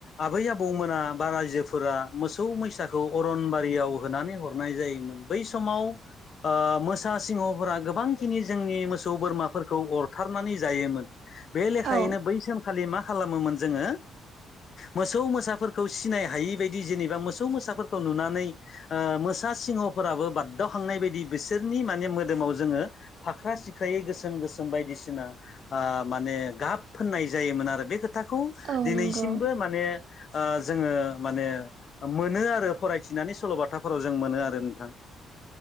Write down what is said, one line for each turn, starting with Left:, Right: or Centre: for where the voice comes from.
Left: आबै आबौ मोना। बा रायजोफोरा मोसौ मैसाखौ अरनबारियाव होनानै हर नाय जायोमोन बै समाव ओ मोसा सिंहफोरा गोबांखिनि जोंनि मोसौ बोरमाफोरखौ अरथारनानै जायोमोन। बे लेखायैनो
Right: औ
Left: बै सानखालि मा खालामोमोन जोङो। मोसौ मोसाफोरखौ सिनाय हायि बायदि जेनेबा मोसौ मोसाफोरखौ नुनानै ओ मो सा सिंहफोराबो बागदावखांनाय बायदि बिसोरनि माने मोदोमाव जोङो फाख्रा-सिख्रायै गोसोम गोसोम बायदिसिना ओ माने गाब फोननाय जायोमोन आरो बे खोथाखौ
Right: औ
Left: दिनैसिमबो
Right: नंगौ
Left: माने ओ जोङो माने मोनो आरो फरायथिनानै सल'बाथाफोराव। जों मोनो आरो नोंथां